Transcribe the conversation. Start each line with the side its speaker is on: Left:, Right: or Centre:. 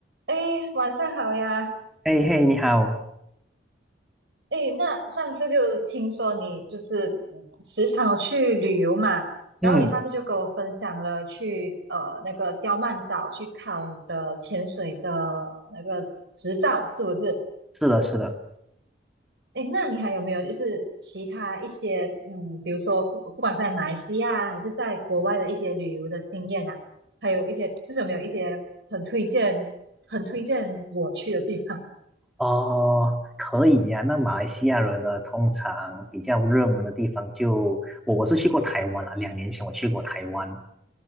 Right: 哎，晚上好呀！
Centre: 嘿嘿，你好。
Right: 哎，那上次就听说你就是嗯时常有去旅游嘛，然后你上次就跟我分享了去呃那个刁曼岛去考你的潜水的
Centre: 嗯，
Right: 那个执照，是不是？
Centre: 是的，是的。
Right: 哎，那你还有没有就是其他一些嗯，比如说不不管是在马来西亚还是在国外的一些旅游的经验啊，还有一些就是有没有一些很推荐很推荐我去的地方？
Centre: 哦，可以呀、那马来西亚人呢，通常比较热门的地方就我我是去过台湾了。两年前我去过台湾。